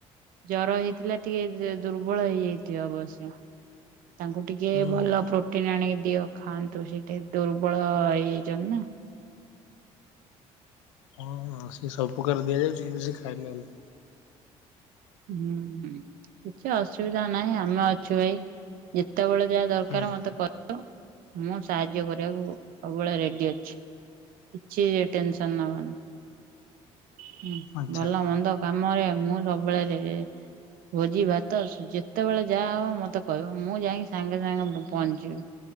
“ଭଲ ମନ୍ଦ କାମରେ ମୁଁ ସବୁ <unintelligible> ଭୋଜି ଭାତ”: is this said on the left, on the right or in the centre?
Right